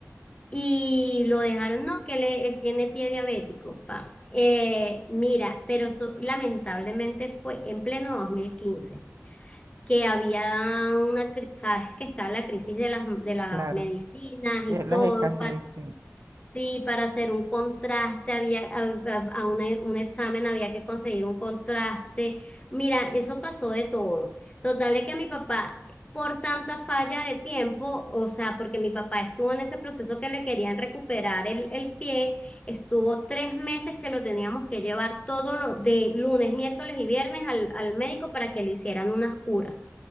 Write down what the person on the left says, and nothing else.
y lo dejaron, no, que le- él tiene pie diabético, pa. Eh, mira, pero eso lamentablemente fue en pleno 2015 que había una, cri- sabes que estaba la crisis de las, de las
medicinas
y
todo,
para,
sí, para hacer un contraste, había, a, a- a una- un examen había que conseguir un contraste. Mira, eso pasó de todo. Total de que mi papá, por tanta falla de tiempo, o sea, porque mi papá estuvo en ese proceso que le querían recuperar el, el pie, estuvo tres meses que lo teníamos que llevar todo lo, de lunes, miércoles y viernes al, al médico para que le hicieran unas curas.